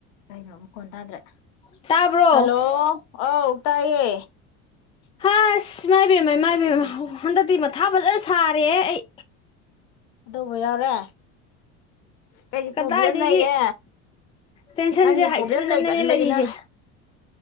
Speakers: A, on the left; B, on the left.
A: ꯀꯩꯅꯣ ꯃꯈꯣꯟ ꯇꯥꯗꯔꯦ
B: ꯇꯥꯕ꯭ꯔꯣ
A: ꯍꯜꯂꯣ ꯑꯧꯎ ꯇꯥꯌꯦ
B: ꯍꯁ ꯏꯃꯥꯏ ꯏꯕꯦꯝ ꯏꯃꯥꯏꯕꯦꯝ ꯍꯟꯗꯛꯇꯤ ꯃꯊꯥ ꯐꯖꯅ ꯁꯥꯔꯦꯍꯦ ꯑꯩ
A: <unintelligible> ꯌꯥꯎꯔꯦ ꯀꯩ
B: ꯀꯗꯥꯏꯗꯒꯤ
A: ꯄ꯭ꯔꯣꯕ꯭ꯂꯦꯝ ꯂꯩꯔꯦ
B: ꯇꯦꯟꯁꯟꯁꯦ
A: ꯅꯪꯅꯥ
B: ꯍꯥꯏꯖꯤꯟꯗꯅꯅꯦ
A: ꯄ꯭ꯔꯣꯕ꯭ꯂꯦꯝ ꯂꯩꯒꯟꯕꯁꯤꯅ
B: ꯂꯩꯔꯤꯁꯦ